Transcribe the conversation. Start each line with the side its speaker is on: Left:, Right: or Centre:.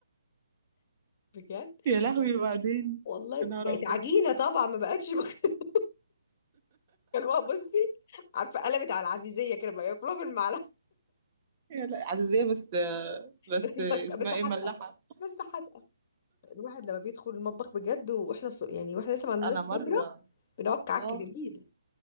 Left: بجد
Right: يا لهوي وبعدين
Left: والله
Right: يا نهار
Left: بقت
Right: أبيض
Left: عجينه طبعا ما بقتش <laughs> كانوا بصي عارفه قلبت على العزيزيه كده بقى ياكلوها بالمعلقه
Right: يا لا عزيزية بس
Left: <laughs>
Right: بس
Left: بس مسك
Right: اسمها
Left: بس حادقه
Right: ايه ملاحة
Left: بس حادقه الواحد لما بيدخل المطبخ بجد واحنا ص... يعني واحنا لسه ما عندناش
Right: أنا
Left: خبره
Right: مرة
Left: بنقعد كعك
Right: اه
Left: جميل